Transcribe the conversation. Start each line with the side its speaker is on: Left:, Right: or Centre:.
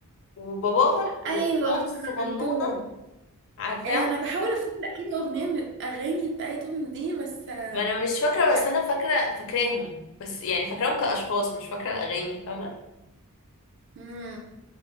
Left: وباباهم واختهم
Right: ايوه افتكرتهم
Left: الصغنونة عارفاهم
Right: انا بحاول افتكر اي اغنيه من الاغاني بتاعتهم دي بس آه،
Left: ما انا مش فاكرة
Right: لا
Left: بس انا فاكرة فاكراهم بس يعني فاكراهم كأشخاص مش فاكرة الأغاني فاهمة
Right: امم